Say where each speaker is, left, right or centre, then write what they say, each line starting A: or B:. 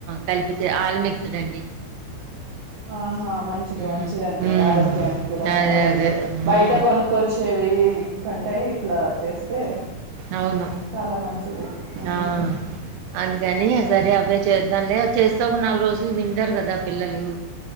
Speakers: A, on the right; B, on the right.
A: కలిపితే ఆల్ మిక్స్డ్ అండి
B: ఆహా మంచిది
A: మ్మ్.
B: మంచిదండి
A: మ్మ్.
B: ఆరోగ్యానికి కూడా
A: అదే
B: అవన్నీ
A: అదే మ్మ్.
B: బయట కొను కోన్ కోచ్చేవి కంటే ఇట్లా చేస్తే
A: అవును
B: చాలా మంచిది మ్మ్
A: ఆ. అందుకని సరే అవే చేద్దాంలే చేస్తే ఒక నాలుగు రోజులు తింటారు కదా పిల్లలు